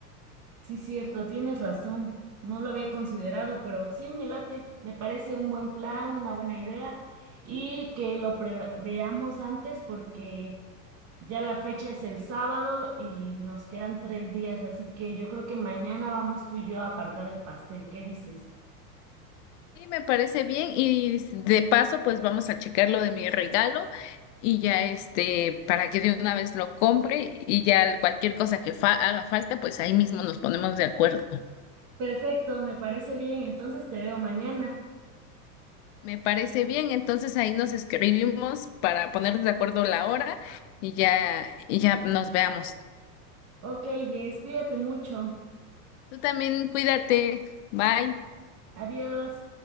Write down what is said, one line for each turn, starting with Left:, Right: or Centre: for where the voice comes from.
Right: Sí, cierto, tienes razón. No lo había considerado, pero sí, me late. Me parece un buen plan, una buena idea y que lo preva- veamos antes porque ya la fecha es el sábado y nos quedan tres días, así que yo creo que mañana vamos tú y yo a apartar el pastel. ¿Qué dices?
Left: Sí, me parece bien y de paso, pues vamos a checar lo de mi regalo. Y ya este, para que de una vez lo compre y ya cualquier cosa que fa- haga falta, pues ahí mismo nos ponemos de acuerdo.
Right: Perfecto, me parece bien. Entonces te veo mañana.
Left: Me parece bien, entonces ahí nos escribimos para poner de acuerdo la hora y ya, y ya nos veamos.
Right: Ok, Jess, cuídate mucho.
Left: Tú también cuídate, bye.
Right: Adiós.